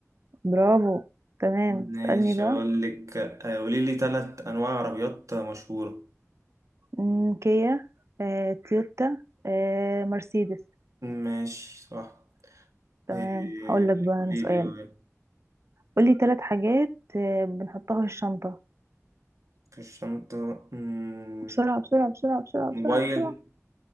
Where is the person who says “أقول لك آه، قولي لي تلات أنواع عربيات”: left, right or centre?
Right